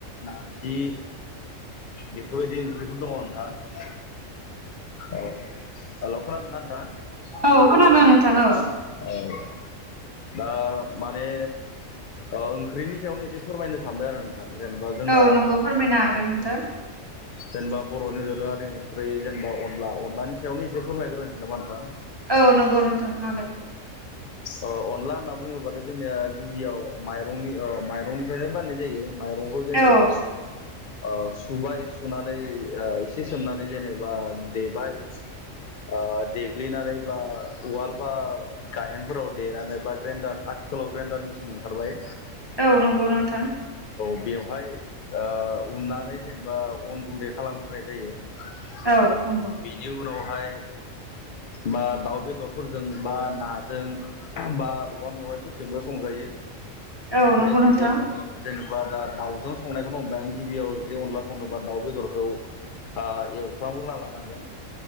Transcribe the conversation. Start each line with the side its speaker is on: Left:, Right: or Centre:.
Left: नारजि बेफोरबायदि ओंख्रिफोर दङ नोंथां औ हेलौ खोनादोंना नोंथां?
Right: औ खोनादों नोंथां औ
Left: औ। दा माने ओंख्रिनि ओ सायावनो एसे फोरमायनो सानबाय आरो नोंथां? जेनेबा जोंना
Right: औ नंगौ
Left: बर
Right: फोरमायनो हागोन नोंथां
Left: जेनेबा बर'नि दोरोङरारि ओंख्रि जेनेबा अनला अनलानि सायावनो एसे फोरमायग्रोनोसै नामा नोंथां
Right: औ नंगौ नोंथां हागाय
Left: ओ अनला होनना बुङोब्लाथाय जोंनिया गिबियाव माइरंनि माइरंनिफ्रायनो बाननाय जायो माइरंखौ जानोबा
Right: औ
Left: सु ओ सुबाय सुनानै ओ एसे सोमनानै जेनेबा देबाय ओ देग्लिनानै बा औआल ओ बा गायेनफोराव देनानै बा ग्रेन्डार आ स्कुलाव ग्रेन्डार मिसन ओंखारबाय
Right: औ नंगौ नोंथां
Left: औ बेवहाय ओ उननानै जेनेबा अन गुन्दै खालामग्रोनाय जायो आ
Right: औ नंगौ
Left: बेनि उनावहाय बा दाउ बेदरफोरजों बा नाजों बा औवा मेवाइफोरजोंबो संजायो
Right: औ
Left: बे
Right: नंगौ
Left: जेनेबा
Right: नोंथां
Left: ओ जेनेबा दा दाउजों संनायखौनो हमबाय आं गिबियाव जुदि अनला संनोबा दाउ बेदरखौ आ एवफ्राम ग्रोना लानांगोन